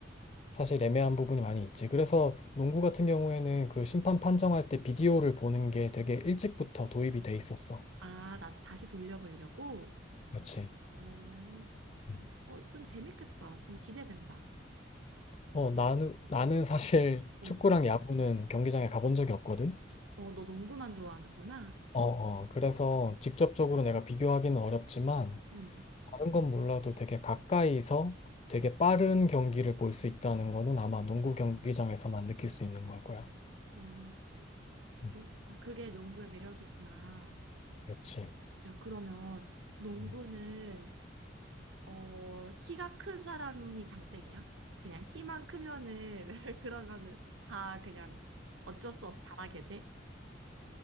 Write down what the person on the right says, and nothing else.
아, 나 다시 돌려보려고?
어,
어, 좀 재밌겠다. 좀 기대된다.
어,
어, 너 농구만 좋아하는구나?
음,
어,
그렇구나. 그게 농구의 매력이구나.
야, 그러면 농구는
어, 키가 큰 사람이 장땡이야? 그냥 키만 크면은, <laughs> 그러면은 다 그냥 어쩔 수 없이 잘하게 돼?